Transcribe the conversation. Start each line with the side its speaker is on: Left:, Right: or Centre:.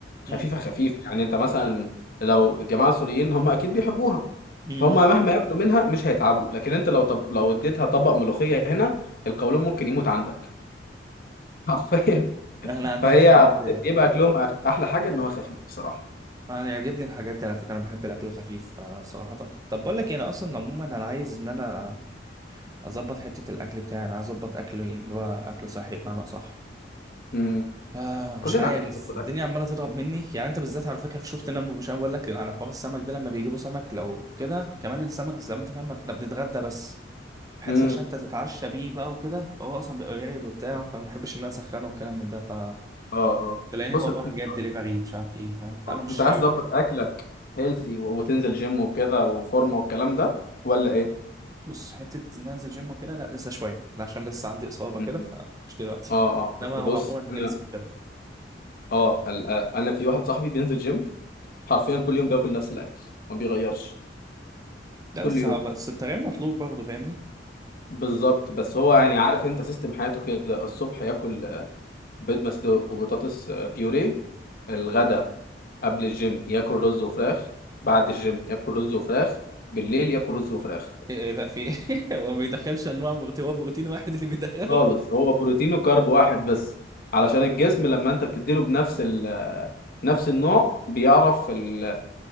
Right: <laughs>
Left: خفيفه
Right: مم.
Left: خفيف يعني انت مثلا لو الجماعه السوريين هم اكيد بيحبوها
Right: مم.
Left: فهم مهما ياكلوا منها مش هيتعبوا لكن انت لو طب لو اديتها طبق ملوخيه هنا القولون ممكن يموت عندك <laughs> حرفيا
Right: احنا عندنا
Left: فهي
Right: لا بجد
Left: بيبقى اكلهم أح- احلى حاجه ان هو خفيف بصراحه
Right: انا يعجبني الحاجات دي على فكره انا بحب الاكل الخفيف آه، صراحه طب بقول لك إيه، انا اصلا عموما انا عايز ان انا اظبط حته الاكل بتاعي انا عايز اظبط اكلي اللي هو اكل صحي بمعنى صح
Left: امم
Right: آه مش
Left: كلنا
Right: عارف
Left: عايزين نظبط
Right: الدنيا
Left: اكل
Right: عماله تضرب مني يعني انت بالذات على فكره شفت انا مش انا بقول لك على حوار السمك ده لما بيجيبوا سمك لو كده كمان السمك زي ما انت فاهم احنا بنتغدى بس في حته
Left: امم
Right: عشان انت تتعشى بيه بقى وكده فهو اصلا بيبقى بارد وبتاع فما بحبش ان انا اسخنه والكلام من ده ف
Left: اه اه
Right: تلاقيني
Left: بص
Right: بقى
Left: انت
Right: رايح جايب دليفري مش عارف ايه فاهم فانا
Left: آه.
Right: مش
Left: انت عايز
Right: حابب
Left: تظبط
Right: كده
Left: اكلك هيلثي وتنزل جيم وكده وفورمه والكلام ده ولا ايه
Right: بص حته ان أنا انزل جيم وكده لا لسه شويه ده عشان لسه عندي اصابه كده
Left: أمم.
Right: فمش دلوقتي
Left: اه اه اصل
Right: انما هو
Left: بص
Right: عموما
Left: انا
Right: هيلث كده
Left: اه ال- آه، انا في واحد صاحبي بينزل جيم حرفيا كل يوم بياكل نفس الاكل ما بيغيرش
Right: لا
Left: كل
Right: بس
Left: يوم
Right: بس التغيير مطلوب برضه فاهمني
Left: بالظبط بس هو يعني عارف انت سيستم حياته كده الصبح ياكل آه، بيض مسلوق وبطاطس آه، بيوريه الغدا قبل الجيم ياكل رز وفراخ بعد الجيم ياكل رز وفراخ بالليل ياكل رز وفراخ
Right: ايه إيه ده في ايه <laughs> هو ما بيدخلش انواع بروتين هو بروتين واحد اللي بيدخله
Left: خالص هو بروتين وكارب واحد بس علشان الجسم لما انت بتديله بنفس ال آه، نفس النوع بيعرف ال